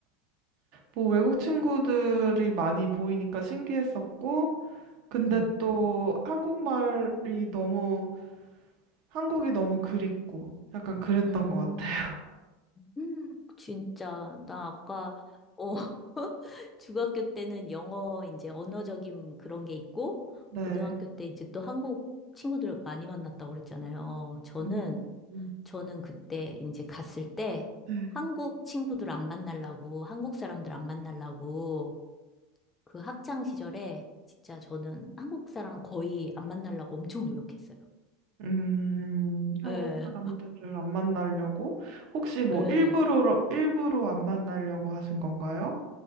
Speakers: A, on the right; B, on the left.
A: 뭐 외국 친구들이 많이 보이니까 신기했었고 근데
B: 음,
A: 또 한국말이 너무 한국이 너무 그립고 약간 그랬던
B: 음.
A: 것 음, 같아요.
B: 음, 진짜, 나 아까, 어, <laughs> 중학교 때는 영어, 이제 언어적인 그런 게 있고,
A: <laughs> 네.
B: 고등학교 때 이제 또 한국 친구들 많이 만났다고 그랬잖아요. 저는,
A: 음, 음.
B: 저는 그때 이제 갔을 때
A: 네.
B: 한국 친구들 안 만나려고, 한국 사람들 안 만나려고, 그 학창 시절에 진짜 저는 한국 사람 거의 안 만나려고 엄청 노력했어요.
A: 음, 한국
B: 예,
A: 사람들을 안 만나려고 혹시 뭐
B: 예.
A: 네, 일부러 일부러 안 만나려고 하신 건가요?